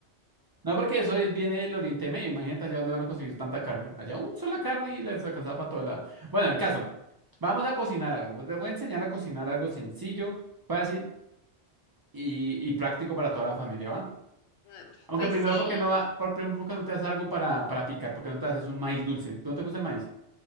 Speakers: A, on the right; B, on the left.
A: no, porque eso es- viene del Oriente Medio, imagínate allá dónde van a conseguir tanta carne. Allá un sola carne y les alcanzaba para todo lado. Bueno, el caso, vamos a cocinar algo. pues, Te voy a enseñar a cocinar algo sencillo, fácil. y, y práctico para toda la familia, ¿va?
B: Ah,
A: Aunque
B: Pues
A: primero
B: sí.
A: porque no, va- por, primero porque no te haces algo para, para picar, porque no te haces un maíz dulce. ¿No te gusta el maíz?